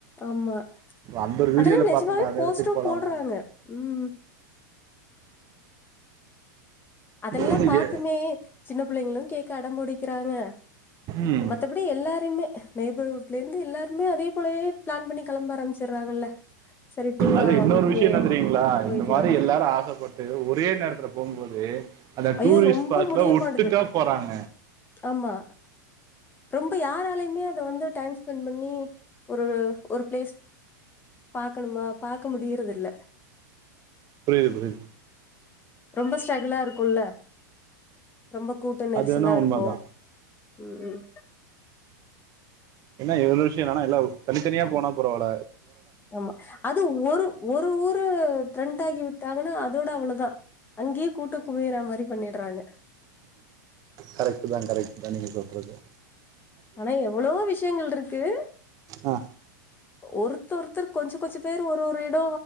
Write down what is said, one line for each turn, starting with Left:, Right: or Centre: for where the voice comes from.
Left: ஆமா
Right: அந்த ஒரு வீடியோல
Left: அதெல்லா நிஜமாவே
Right: பாத்தேன்டா அந்த
Left: போஸ்டு
Right: எடத்துக்கு போலாமா
Left: போடுறாங்க ம் அதெல்லா
Right: அது
Left: பாத்துமே
Right: எ
Left: சின்ன புள்ளைங்களு கேட்க அடபுடிக்கிறாங்க
Right: ம்
Left: மத்த புடி எல்லாருமே நேபர்ரூட்ல இருந்து எல்லாருமே அதே போலவே பிளான் பண்ணி களம்ப ஆரம்பிச்சடுறாங்கல்ல சரி டூரா
Right: அது இன்னொரு
Left: ஓகே
Right: விஷ்யோ என்ன தெரியீங்களா
Left: போய்க்கலான்ட்டு
Right: இந்த மாரி எல்லாரு ஆசப்பட் டு ஒரே நேரத்துல போபோது அந்த
Left: ஐயோ
Right: டூரிஸ்ட்
Left: ரொம்ப
Right: ஸ்பாடல
Left: முடிய
Right: ஒட்டுக்கா
Left: மாட்டுது
Right: போறாங்க
Left: ஆமா ரொம்ப யாராலயுமே அத வந்து டைம் ஸ்பெண்ட் பண்ணி ஒரு ஒரு பிளேஸ் பாக்கணுமா பாக்க முடியறது இல்ல
Right: புரியுது புரியுது
Left: ரொம்ப ஸ்ட்ரகுலா இருக்குல்ல. ரொம்ப கூட்ட நெரிசலா
Right: அது வேணா உண்மதா
Left: இருக்கு ம் ம்.
Right: என்ன இவ்ளு விஷ்ய என்னானா எல்லா உ தனித்தனியா போனா பரவால.
Left: ஆமா அது ஒரு ஒரு ஊரு ட்ரெண்டாக்கி விட்டாங்கனா அதோட அவ்ளதா. அங்யே கூட்டோ குவியிறா மாரி பண்ணிட்றாங்க.
Right: கரெக்ட்டு தா கரெக்ட்டு தா நீங்க சொல்றது.
Left: ஆனா எவ்ளவோ விஷ்யங்கள் இருக்குது
Right: ஆ
Left: ஒருத் தஒருத்தர் கொஞ்சொ கொஞ்சொ பேரு ஒரு ஒரு இடோ